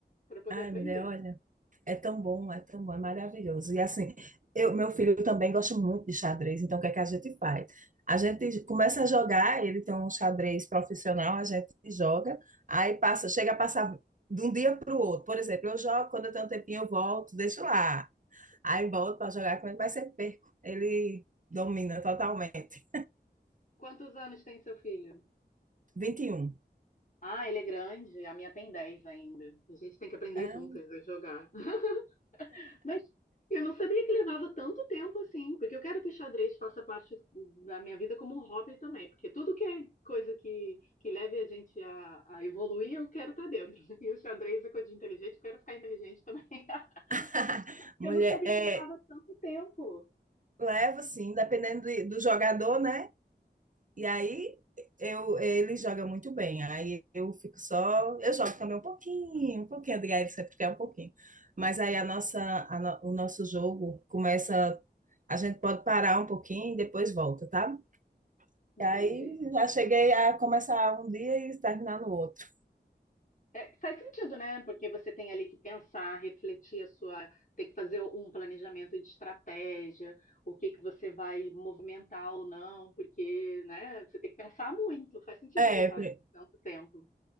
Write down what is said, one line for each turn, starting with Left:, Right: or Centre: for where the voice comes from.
Left: para poder
Right: ai,
Left: aprender.
Right: mulher, olha. É tão bom, é tão bom, é maravilhoso. E assim, eu, meu filho também gosta muito de xadrez, então o que é que a gente faz? A gente começa a jogar, ele tem um xadrez profissional, a gente joga, aí passa, chega a passar de um dia para o outro. Por exemplo, eu jogo, quando eu tenho um tempinho, eu volto, deixo lá. Aí volto para jogar com ele, mas sempre perco. Ele domina totalmente.
Left: Quantos anos tem seu filho?
Right: 21.
Left: Ah, ele é grande, a minha tem 10 ainda. A gente tem que aprender
Right: Ah.
Left: juntas a jogar. <laughs> Mas eu não sabia que levava tanto tempo assim, porque eu quero que o xadrez faça parte da minha vida como um hobby também, porque tudo que é coisa que, que leve a gente a, a evoluir, eu quero estar dentro. <laughs> E o xadrez é coisa de inteligente, eu quero ficar inteligente também. <laughs>
Right: <laughs>
Left: Eu
Right: Mulher,
Left: não sabia
Right: é,
Left: que levava tanto tempo.
Right: leva assim, dependendo de- do jogador, né? E aí eu, ele joga muito bem. Aí eu fico só. Eu jogo também um pouquinho, um pouquinho, Adriana, ele sempre quer um pouquinho. Mas aí a nossa, a no- o nosso jogo começa. A gente pode parar um pouquinho e depois volta, tá?
Left: Entendi.
Right: E aí já cheguei a começar um dia e terminar no outro.
Left: É, faz sentido, né? Porque você tem ali que pensar, refletir a sua, tem que fazer um planejamento de estratégia, o que que você vai movimentar ou não, porque, né, você tem que pensar muito, faz sentido
Right: É,
Left: levar
Right: pri-
Left: tanto tempo.